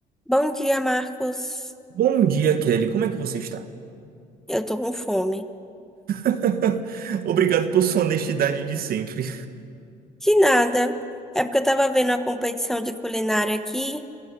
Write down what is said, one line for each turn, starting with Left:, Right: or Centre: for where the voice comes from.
Centre: Bom dia, Marcos.
Right: Bom dia, Kelly. Como é que você está?
Centre: Eu tô com fome.
Right: <laughs> Obrigado por sua honestidade de sempre.
Centre: De nada. É porque eu tava vendo a competição de culinária aqui